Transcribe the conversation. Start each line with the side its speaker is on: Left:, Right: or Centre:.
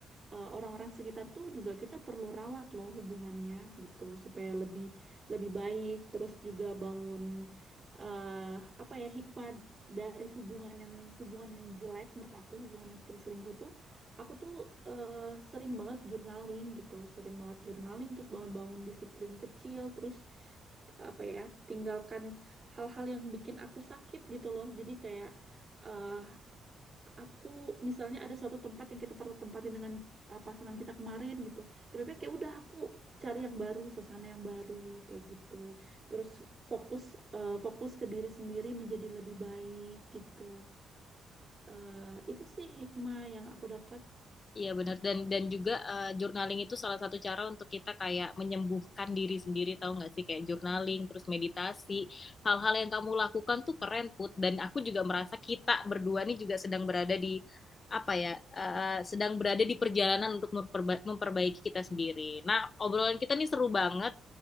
Right: eh, orang-orang sekitar tuh juga kita perlu rawat loh hubungannya gitu supaya lebih lebih baik, terus juga bangun eh apa ya hikmat dari hubungan yang hubungan yang jelek menurut aku, hubungan yang seperti selingkuh tuh Aku tuh eh, sering banget journaling gitu, sering banget journaling, terus bangun-bangun disiplin kecil, terus apa ya tinggalkan hal-hal yang bikin aku sakit gitu loh jadi kayak eh aku misalnya ada suatu tempat yang kita pernah tempatin dengan eh, pasangan kita kemarin gitu lebih baik ya udah aku cari yang baru suasana yang baru kayak gitu terus fokus eh, fokus ke diri sendiri menjadi lebih baik gitu Eh itu sih hikmah yang aku dapat
Left: Iya benar dan dan juga eh, journaling itu salah satu cara untuk kita kayak menyembuhkan diri sendiri tahu nggak sih kayak journaling terus meditasi hal-hal yang kamu lakukan tuh keren Put dan aku juga merasa kita berdua nih juga sedang berada di apa ya eh, sedang berada di perjalanan untuk memperba- memperbaiki kita sendiri. Nah obrolan kita nih seru banget